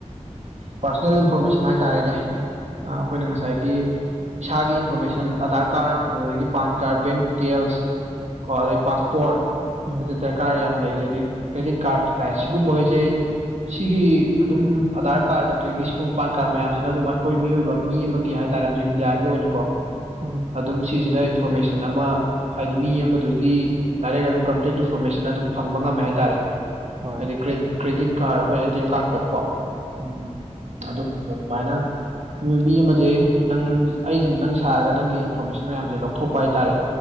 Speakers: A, on the right; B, on the right.
A: ꯄꯥꯔꯁꯣꯅꯦꯜ ꯏꯟꯐꯣꯔꯃꯦꯁꯟ ꯍꯥꯏꯇꯥꯔꯦꯅꯦ ꯑ
B: ꯎꯝ
A: ꯑꯩꯈꯣꯏꯅ ꯉꯁ ꯉꯁꯥꯏꯒꯤ ꯏꯁꯥꯒꯤ ꯏꯟꯐꯣꯔꯃꯦꯁꯟ ꯑꯙꯥꯔ ꯀꯥꯔꯠ ꯑꯗꯨꯗꯒꯤ ꯄꯥꯟ ꯀꯥꯔꯠ ꯕꯦꯡ ꯗꯤꯇꯦꯜꯁ ꯀꯣ ꯑꯗꯩ ꯄꯥꯁꯄꯣꯔꯠ
B: ꯎꯝ
A: ꯁꯤꯗ ꯗꯔꯀꯥꯔ ꯌꯥꯝ ꯂꯩꯔꯤꯖꯩ ꯑꯗꯩ ꯀ꯭ꯔꯦꯗꯤꯠ ꯀꯥꯔꯠ ꯀꯥꯏ ꯁꯤꯒꯨꯝꯕꯈꯩꯁꯦ ꯁꯤꯒꯤ ꯑꯗꯨꯝ ꯑꯙꯥꯔ ꯀꯥꯔꯗ ꯑꯗꯒꯤ ꯁꯤꯒꯨꯝꯕ ꯄꯥꯟ ꯀꯥꯔꯗ ꯃꯌꯥꯝꯁꯤꯅ ꯑꯗꯨꯝ ꯑꯩꯈꯣꯏ ꯃꯤꯑꯣꯏꯕ ꯃꯤ ꯑꯃꯒꯤ ꯍꯥꯏ ꯍꯥꯏꯇꯥꯥꯔꯦ ꯍꯧꯖꯤꯛ ꯏꯟꯗꯤꯌꯥꯒꯤ ꯑꯣꯏꯅ ꯀꯣ
B: ꯎꯝ
A: ꯑꯗꯨꯝ ꯁꯤꯁꯤꯅ ꯏꯟꯐꯣꯔꯃꯦꯁꯟ ꯑꯃ ꯍꯥꯏꯗꯤ ꯃꯤ ꯑꯃ ꯑꯗꯨꯒꯤ ꯗꯥꯏꯔꯦꯛ ꯑꯗꯨꯝ ꯀꯝꯄ꯭ꯂꯤꯠ ꯏꯟꯐꯣꯔꯃꯦꯁꯟ ꯑꯗꯨꯝ ꯐꯪꯕ ꯉꯝꯃꯦ ꯍꯥꯏꯇꯥꯔꯦ
B: ꯍꯣꯏ
A: ꯍꯥꯏꯗꯤ ꯀ꯭ꯔꯦꯗꯤꯠ ꯀ꯭ꯔꯦꯗꯤꯠ ꯀꯥꯔꯗꯈꯣꯏ ꯑꯦ ꯇꯤꯦꯝꯥꯔ ꯇꯣꯄ
B: ꯎꯝ ꯎꯝ
A: ꯑꯗꯨꯒꯨꯝꯕꯗ ꯑꯗꯨꯃꯥꯏꯅ ꯃꯤ ꯑꯃꯁꯦ ꯅꯪ ꯑꯩꯁꯦ ꯅꯪ ꯁꯥꯔꯒ ꯅꯪꯒꯤ ꯏꯟꯐꯣꯔꯃꯦꯁꯟ ꯃꯌꯥꯝꯁꯦ ꯂꯧꯊꯣꯛꯄ ꯍꯥꯏꯇꯥꯔꯦ